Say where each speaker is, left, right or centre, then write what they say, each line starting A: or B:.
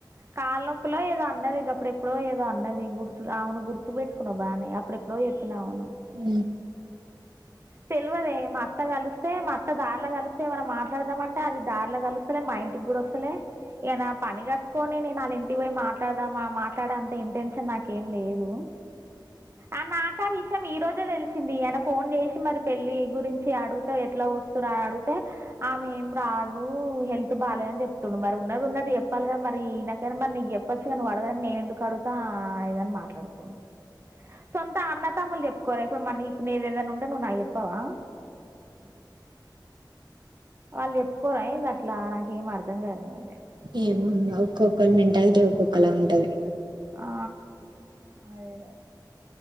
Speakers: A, on the right (about 35°); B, on the right (about 70°).
A: కాళ్నొప్పుిలో ఏదో అన్నది ఇకప్పుడెప్పుడో ఏదో అన్నది గుర్తు ఆవును గుర్తు పెట్టు బానే అప్పుడ ఎప్పుడు చెప్పినా అవును
B: అ
A: తెలివదే మా అత్త కలిస్తే మా అత్త దార్లో కలిస్తే ఏమనా మాట్లాడదామ అంటే అది దార్లో కలుస్తలే మా ఇంటికి కూడా వస్తలే ఈ గణ పని కట్టుకొని నేను వాళ్ళ ఇంటికి పోయి మాట్లాడదామా మాట్లాడేంత ఇంటెన్షన్ నాకేం లేదు ఆ మాకా వి విషయం ఈ రోజే తెలిసింది ఆయన ఫోన్ చేసి మరి పెళ్లి గురించి అడిగుతే ఎట్లా వస్తురాని అడిగితే ఆమె ఏం రాదు హెల్త్ బాగాలేద అని చెప్పు తుండు మరి ఉన్నది ఉన్నది చెప్పాలిగాద మరి ఈనకైనా మరి నీకు చెప్పొచ్చు కా ను్వు అడదని నేను ఎందుకు అడుగుతా ఆ ఇదని మాట్లాడుతును సొంత అన్నతాములు చెప్ కొరేకుడు మనీకు నీదే ఏదైనా ఉంటే నువ్వు నాకు చెప్పవా ఆ వాళ్ళు చెప్పుకోరా ఏంది అట్లా ఎం మ అర్థం కాలి అదే
B: ఏమో ఒక్కొక్కరు మంటాలతే ఒక్కొక్కలా ఉంటది
A: ఆ అదే కదా